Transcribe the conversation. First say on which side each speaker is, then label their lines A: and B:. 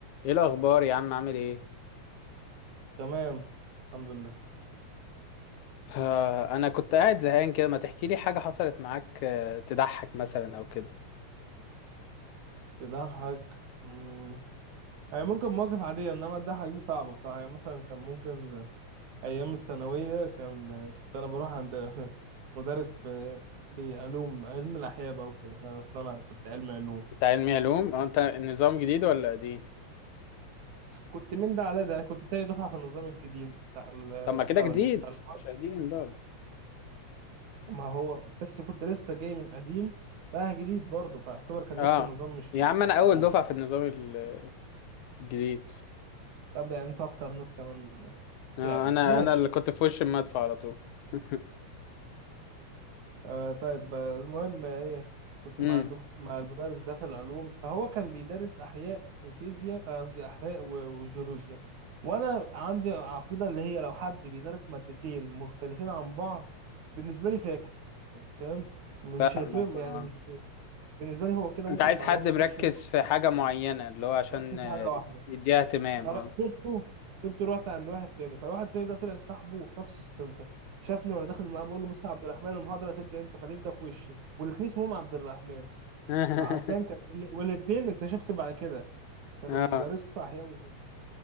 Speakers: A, on the left; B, on the right.
A: ايه الاخبار يا عم عامل ايه
B: تمام الحمد لله
A: آه، انا كنت قاعد زهقان كده ما تحكي لي حاجه حصلت معاك آه، تضحك مثلا او كده
B: يضحك مم. يعني ممكن مواقف عادية إنما الضحك دي صعبة بصراحة يعني مثلا كان ممكن أيام الثانوية كان كنت أنا بروح عند <laughs> مدرس في بعلوم علم الأحياء بقى وكده فأنا أصل أنا كنت علم علوم
A: انت علمي علوم اه انت النظام جديد ولا قديم
B: فكنت من ده على ده أنا كنت تاني دفعة في النظام الجديد بتاع ال-
A: طب ما
B: بتاع
A: كده جديد
B: ال- فالمهم
A: مش قديم بقى
B: ما هو بس كنت لسه جاي من قديم رايح جديد برضه فاعتبر كان
A: اه
B: لسه النظام مش
A: يا
B: مفهوم
A: عم انا اول
B: قوي
A: دفعه في النظام ال- الجديد
B: طب يعني أنت أكتر ناس كمان
A: آه،
B: تعبت
A: انا
B: ماشي
A: انا اللي كنت في وش المدفع على طول <laughs>
B: آه طيب آه، المهم ايه كنت
A: امم
B: مع الدكتور مع المدرس ده في العلوم فهو كان بيدرس احياء وفيزياء آه، قصدي احياء و- وجيولوجيا وانا عندي عقيده اللي هي لو حد بيدرس مادتين مختلفين عن بعض بالنسبه لي فاكس يعني فاهم م-
A: فاهمك
B: مش هيفرق
A: اه
B: يعني مش بالنسبه لي هو كده
A: انت
B: ممكن
A: عايز
B: معلوماته
A: حد مركز
B: تخش في بعض
A: في حاجه معينه اللي هو عشان
B: بس
A: آه،
B: في حاجه واحده
A: يديها اهتمام
B: فر-
A: اه
B: سبته سبته رحت عند واحد تاني فالواحد التاني ده طلع صاحبه وفي نفس السنتر شافني وانا داخل معاه بقول له بص يا عبد الرحمن المحاضره هتبدا امتى فلقيت ده في وشي والاتنين اسمهم عبد الرحمن
A: <laughs>
B: فعارفين كان والاتنين اكتشفت بعد كده كانوا
A: اه
B: بيدرسوا احياء وعلوم